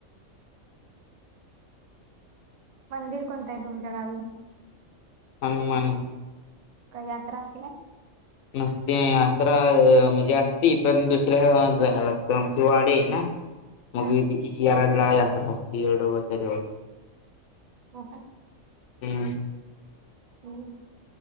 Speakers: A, on the right (about 80°); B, on the left (about 85°).
A: मंदिर कोणता आहे तुमच्या गावी?
B: हनुमान
A: काय यात्रा असते
B: नसते अकरा अ म्हणजे असती पण दुसऱ्या जाया लागते आमची वाडी आहे ना. मग
A: हा
B: ती इ येराळला यात्रा असते येडोबाच्या देवा
A: हो काय?
B: हम्म.
A: हम्म